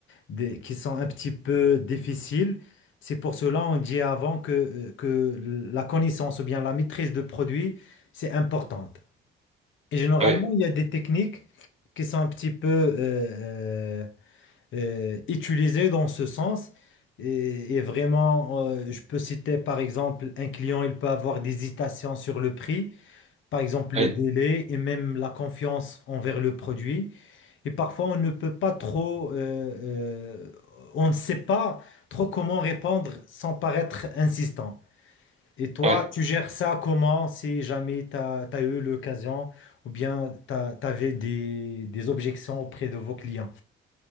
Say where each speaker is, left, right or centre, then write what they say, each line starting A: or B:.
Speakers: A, on the left; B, on the right.
A: des- qui sont un petit peu difficiles. C'est pour cela on dit avant que, euh, que la connaissance ou bien la maîtrise de produit, c'est importante. Et généralement,
B: oui.
A: il y a des techniques qui sont un petit peu euh, euh, euh, utilisées dans ce sens. Et, et vraiment, euh, je peux citer par exemple, un client, il peut avoir des hésitations sur le prix, par exemple
B: Oui,
A: le délai et même la confiance envers le produit. Et parfois, on ne peut pas trop, euh, euh, on ne sait pas trop comment répondre sans paraître insistant. Et toi,
B: ouais.
A: tu gères ça comment si jamais tu as, eu l'occasion ou bien tu avais des, des objections auprès de vos clients?